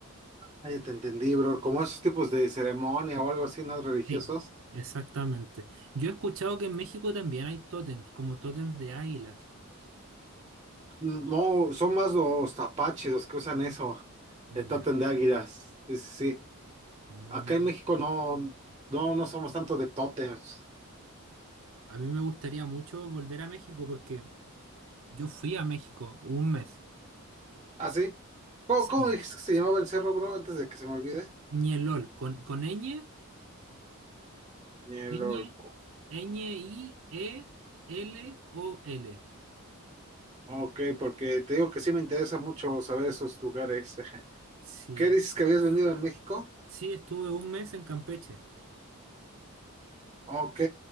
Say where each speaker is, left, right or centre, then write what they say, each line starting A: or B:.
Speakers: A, on the right; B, on the right.
A: Ah, ya te entendí, bro. Como esos tipos de ceremonia o algo así, ¿no? Religiosos.
B: Sí. Exactamente. Yo he escuchado que en México también hay tótems, como tótems de águilas.
A: No, son más los apaches los que usan eso,
B: Ya.
A: el tótem de águilas. Sí, sí, sí.
B: Mm.
A: Acá en México no, no, no somos tanto de tótems.
B: A mí me gustaría mucho volver a México porque yo fui a México un mes.
A: ¿Ah, sí? ¿Cómo,
B: Sí.
A: cómo dijiste que se llamaba el cerro, bro, antes de que se me olvide?
B: Ñelol, con, con ñ,
A: Ni el Orco.
B: ñ, ñ, i, e, l, o, l.
A: Ok, porque te digo que sí me interesa mucho saber esos lugares. <laughs>
B: Sí.
A: ¿Qué dices que habías venido en México?
B: Sí, estuve un mes en Campeche.
A: Ok.